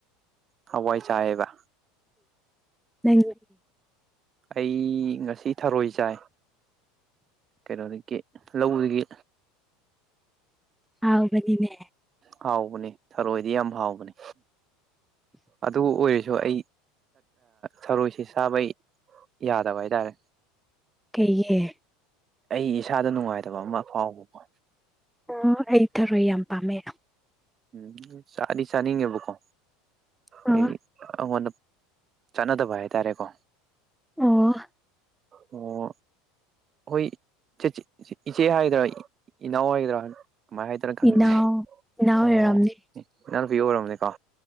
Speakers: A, on the right; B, in the centre.
A: ꯍꯋꯥꯏ ꯆꯦꯕ
B: ꯝ ꯅ
A: ꯑꯩ ꯉꯁꯤ ꯊꯔꯣꯏ ꯆꯥꯏ ꯀꯩꯅꯣꯗꯒꯤ ꯂꯧꯗꯒꯤ
B: ꯍꯥꯎꯕꯗꯤꯅꯦ
A: ꯍꯥꯎꯕꯅꯤ ꯊꯔꯣꯏꯗꯤ ꯌꯥꯝ ꯍꯥꯎꯕꯅꯤ ꯑꯗꯨ ꯑꯣꯏꯔꯤꯁ ꯁꯨ ꯑꯩ ꯊꯔꯣꯏꯁꯤ ꯆꯕꯩ ꯌꯥꯗꯕ ꯍꯥꯏꯇꯥꯔꯦ
B: ꯀꯩꯌꯦ
A: ꯑꯩ ꯏꯁꯥꯗ ꯅꯨꯡꯉꯥꯏꯇꯕ ꯑꯃ ꯐꯥꯎꯕꯀꯣ
B: ꯑꯣ ꯑꯩ ꯊꯔꯣꯏ ꯌꯥꯝ ꯄꯥꯝꯃꯦ
A: ꯎꯝ ꯆꯥꯗꯤ ꯆꯥꯅꯤꯡꯉꯦꯕꯀꯣ
B: ꯑꯣ
A: ꯑꯩꯗꯤ ꯑꯩꯉꯣꯟꯗ ꯆꯥꯟꯅꯗꯕ ꯍꯥꯏꯇꯥꯔꯦꯀꯣ
B: ꯑꯣ
A: ꯑꯣ ꯑꯩꯈꯣꯏ ꯏꯆꯦ ꯍꯥꯏꯒꯗ꯭ꯔꯥ ꯏꯅꯥꯎ ꯍꯥꯏꯗ꯭ꯔꯥ ꯀꯃꯥꯏ ꯍꯥꯏꯗꯅ ꯈꯪꯗꯦ
B: ꯏꯅꯥꯎ ꯏꯅꯥꯎ
A: ꯑꯣ
B: ꯑꯣꯏꯔꯝꯅꯤ
A: ꯏꯅꯥꯅꯨꯄꯤ ꯑꯣꯏꯔꯕꯅꯦꯀꯣ